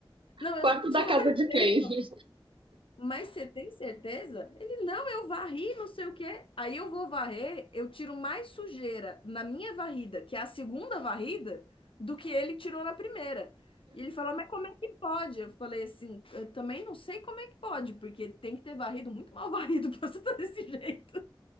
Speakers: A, on the left; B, on the right.
A: Não, eu
B: quarto da
A: só
B: casa
A: <laughs> olho
B: de
A: pra
B: quem?
A: ele.
B: <laughs>
A: Mas você tem certeza? Ele, não, eu varri, não sei o quê. Aí eu vou varrer, eu tiro mais sujeira na minha varrida, que é a segunda varrida, do que ele tirou na primeira. E ele falou, mas como é que pode? Eu falei assim, eu também não sei como é que pode, porque tem que ter varrido muito mal varrido <laughs> pra você estar desse jeito.